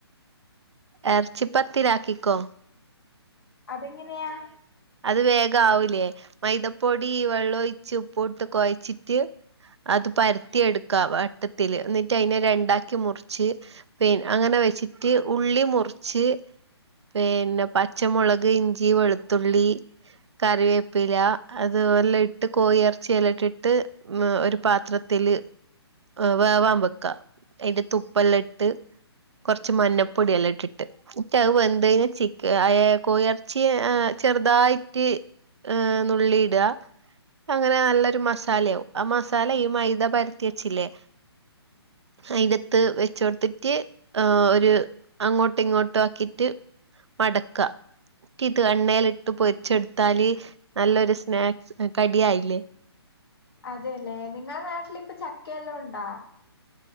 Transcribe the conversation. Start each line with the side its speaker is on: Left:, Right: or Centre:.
Right: ഇറച്ചിപ്പത്തിരിയാക്കിക്കോ
Left: അതെങ്ങനെയാ
Right: അത് വേഗ ആവൂലേ മൈദപ്പൊടി വെള്ളം ഒഴിച്ച് ഉപ്പു ഇട്ട് കൊഴച്ചിട്ട് അത് പരത്തിയെടുക്കാം വട്ടത്തില് എന്നിട്ട് അതിനെ രണ്ടാക്കി മുറിച്ച് പി അങ്ങനെ വച്ചിട്ട് ഉള്ളി മുറിച്ച് പീന്നെ പച്ചമുളക് ഇഞ്ചി വെളുത്തുള്ളി കറിവേപ്പില അത് വല്ല ഇട്ട് കോഴി എറച്ചിഅതിലിട്ടിട്ട് മ്മ് ഒരു പാത്രത്തി തില് വേവാൻ വെക്കാ അതിന്റെ തുപ്പെല്ലാം ഇട്ട് കുറച്ച് മഞ്ഞപ്പൊടിയെല്ലാ ഇ ഇട്ടിട്ട് ഉറ്റ് അത് വെന്ത്യ്ഞ്ഞ് ചിക് അയേ കോയെർച്ചി ആ ചെർതായിട്ട് ഏ നുള്ളിയിട അങ്ങനെ നല്ലൊരു മസാലയാവും ആ മസാല ഈ മൈദ പരത്തി വെച്ചില്ലേ അയിന്റത്ത് വെച്ചാെട്ത്തിട്ട് ആ ഒര് അങ്ങോട്ടു ഇങ്ങോട്ടു ആക്കിട്ട് മടക്കാ കിത് എണ്ണേല്ട്ട് പൊരിച്ചെട്ത്താല് നല്ലൊരു സ്നാക്സ് കടിയായില്ലേ
Left: അതേല്ലേ നിങ്ങളെ നാട്ടിലിപ്പ ചക്കയെല്ലാം ഉണ്ടാ